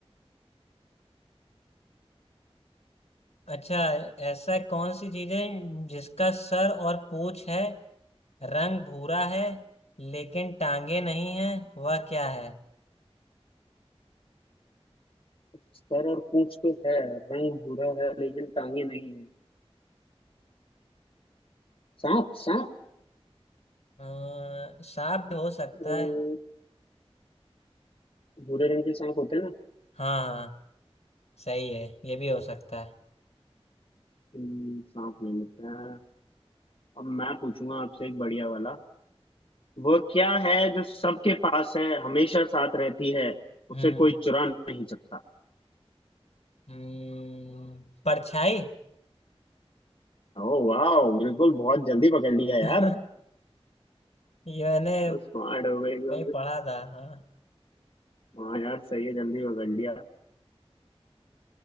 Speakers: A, on the left; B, on the left.
A: अच्छा ऐसा कौन सी चीज है जिसका सर और पूंछ है रंग भूरा है लेकिन टांगे नहीं है वह क्या है
B: सर और पूंछ तो है रंग भूरा है लेकिन टांगे नहीं है सांप सांप
A: अ, सांप भी हो सकता
B: अम,
A: है
B: भूरे रंग के सांप होते हैं ना
A: हाँ हाँ सही है ये भी हो सकता है
B: अम, सांप नहीं होते हैं अब मैं पूछूंगा आपसे एक बढ़िया वाला वो क्या है जो सबके पास है हमेशा साथ रहती है उसे
A: हम्म
B: कोई चुरा नहीं सकता
A: हम्म, परछाई
B: ओ वाह बिल्कुल बहुत जल्दी पकड़ लिया
A: <laughs>
B: यार
A: ये मैंने
B: स्मार्ट हो गए एकदम
A: नहीं
B: से।
A: पढ़ा था हाँ
B: हाँ यार सही है जल्दी पकड़ लिया